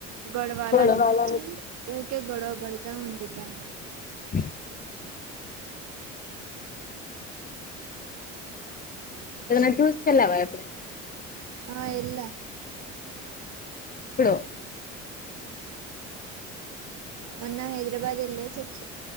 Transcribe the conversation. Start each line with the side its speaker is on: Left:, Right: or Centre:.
Right: గొడవాలనిపించి
Left: పోవడం
Right: ఊకే గొడవ పడతా ఉండిద్దామే
Left: అ ఎమన్నా చూస్తున్నావా ఎప్పుడైనా
Right: ఆ ఎల్ల
Left: ఎప్పుడుో
Right: మొన్న హైదరాబాద్ ఎల్లేసి అచ్చ